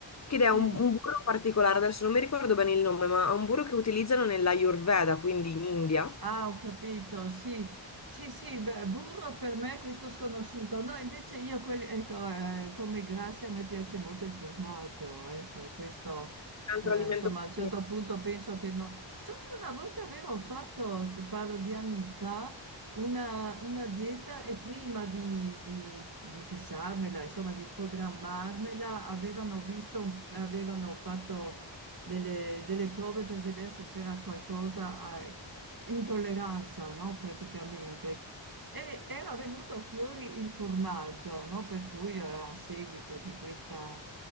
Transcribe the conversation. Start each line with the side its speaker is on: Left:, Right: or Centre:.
Left: che è
Right: sì.
Left: un, un burro particolare, adesso non mi ricordo bene il nome, ma è un burro che utilizzano nell'Ayurveda, quindi in India. Un
Right: Ah, ho capito, sì, sì, sì, beh, burro per me è questo sconosciuto. No, invece io, quelli- ecco, eh, come grassi a me piace molto il formaggio, ecco, e questo,
Left: altro
Right: eh,
Left: alimento.
Right: insomma, a un certo
Left: che-
Right: punto penso che no. So che una volta avevo fatto, ti parlo di anni fa, una, una dieta e prima di, di- di fissarmela, insomma, di programmarmela, avevano visto, avevano fatto delle, delle prove per vedere se c'era qualcosa eh, intolleranza, no? Praticamente. E era venuto fuori il formaggio, no? Per cui eh, a seguito di questa